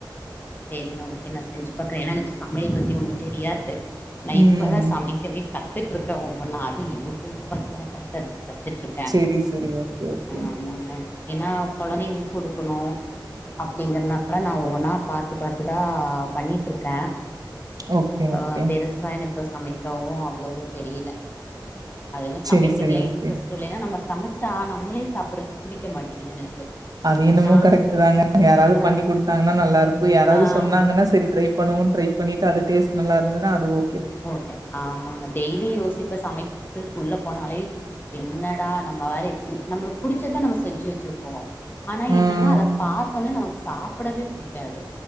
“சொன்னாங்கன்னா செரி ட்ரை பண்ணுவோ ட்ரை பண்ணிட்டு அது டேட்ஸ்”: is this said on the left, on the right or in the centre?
Right